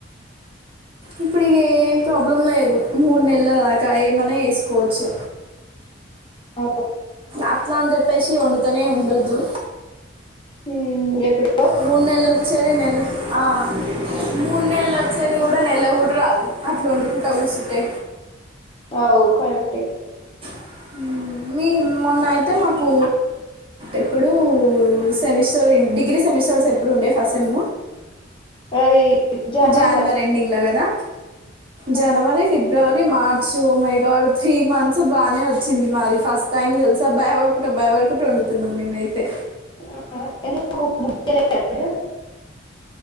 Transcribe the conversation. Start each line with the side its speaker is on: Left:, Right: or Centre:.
Right: ఇప్పుడి ఇగ ప్రాబ్లం లేదు మూడు నెలల దాకా ఏమన్నా చేసుకోవచ్చు
Left: ఆ
Right: అట్లా అని చెప్పేసి వండుతనే ఉండొద్దు
Left: ఉం ఎప్పుడు
Right: మూడు నెలలు వచ్చేది నెల ఆ మూడు నెలలు వచ్చేది కూడా నెల కూడా రాదు అట్లా వండుకుట కూర్చుంటే
Left: అవు కరెక్టే
Right: ఉం మీ మొన్న అయితే మాకు ఎప్పుడు సెమిస్టర్ డిగ్రీ సెమిస్టర్స్ ఎప్పుడు ఉండే ఫస్ట్ సేమ్
Left: అది జాన్ల
Right: జానవరి ఎండింగ్ లో కదా జనవరి
Left: ఆ
Right: ఫిబ్రవరి మార్చ్ సో మైగా డ్ త్రీ మంత్స్ బానే వచ్చింది మాది ఫస్ట్ టైమ్ తెలుసా భయపడుకుట భయపడకుట వండు తిన్నాం మేమైతే
Left: <inaudible>